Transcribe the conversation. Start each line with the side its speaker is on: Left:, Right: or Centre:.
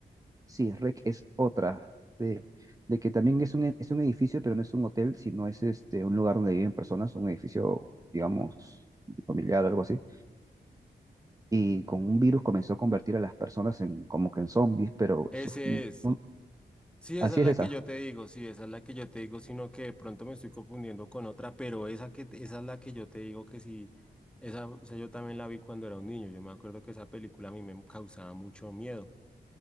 Right: sí, REC es otra, de, de que también es un, e- es un edificio, pero no es un hotel, sino es este, un lugar donde viven personas, un edificio, digamos, familiar, algo así. Y con un virus comenzó a convertir a las personas en como que en zombies, pero
Centre: ese
Right: eso, fue un-
Centre: es.
Right: un-
Centre: Sí, esa
Right: así
Centre: es
Right: es
Centre: la
Right: esa,
Centre: que yo te digo, sí, esa es la que yo te digo, sino que de pronto me estoy confundiendo con otra, pero esa que te- esa es la que yo te digo que sí, esa, o sea, yo también la vi cuando era un niño. Yo me acuerdo que esa película a mí me causaba mucho miedo.